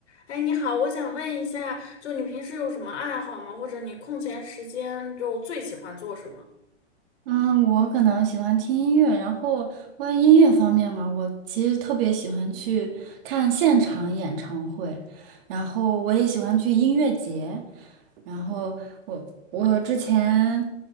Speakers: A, on the left; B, on the right.
A: 哎，你好，我想问一下，就你平时有什么爱好吗？或者你空闲时间就最喜欢做什么？
B: 嗯，我可能喜欢听音乐，然后关于音乐方面嘛，我其实特别喜欢去看现场演唱会，然后我也喜欢去音乐节，然后我我之前